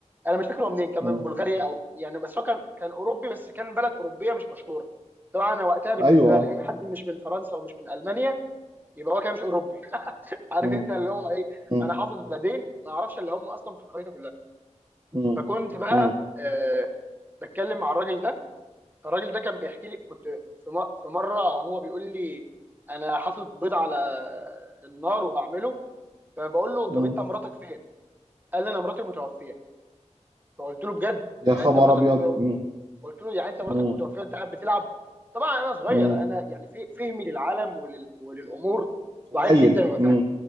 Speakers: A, on the right (about 15°); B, on the right (about 35°).
A: انا مش فاكره هو منين كان
B: م-
A: من بلغاريا او يعني بس هو كان كان اوروبي بس كان بلد اوروبيه مش مشهوره طبعا انا وقتها بالنسبه
B: ايوه
A: لي اي حد مش من فرنسا ومش من المانيا يبقى هو كده مش اوروبي <laughs> عارف
B: م-
A: انت اللي هو ايه
B: م-
A: انا حافظ بلدين ما اعرفش اللي هم اصلا في الخريطه كلها
B: م-
A: فكنت بقى
B: م-
A: آه بتكلم مع الراجل ده الراجل ده كان بيحكي لي كنت في م- في مره هو بيقول لي انا حاطط بيض على النار وبعمله فبقول له
B: م-
A: طب انت مراتك فين؟ قال لي انا مراتي متوفيه فقلت له بجد
B: يا
A: يعني
B: خبر
A: انت مراتك
B: ابيض
A: متو...
B: م-
A: قلت له يعني انت مراتك
B: م-
A: متوفيه انت قاعد بتلعب طبعا انا صغير
B: م-
A: انا يعني في فهمي للعالم ولل... وللامور
B: قليل
A: ضعيف جدا وقتها
B: م-